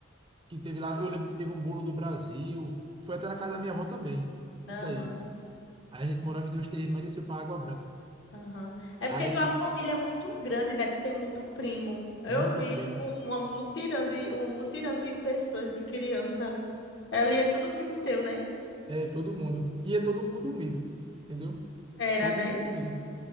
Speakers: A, on the right; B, on the left.
A: que teve lá. Eu lembro que teve um bolo do Brasil. Foi até na casa da minha avó também.
B: Aham,
A: Isso aí. Aí a gente morava em dois terreiros, mas desceu para Água Branca.
B: aham. É porque
A: Aí,
B: tua família é muito grande, né? Tu tem muito primo. Eu
A: muito
B: vi,
A: primo.
B: tipo, uma mutirão de, um mutirão de pessoas, de criança. Ali é tudo primo teu, né?
A: É, todo mundo. E é todo mundo unido. Entendeu?
B: Era,
A: Todo
B: né?
A: mundo unido.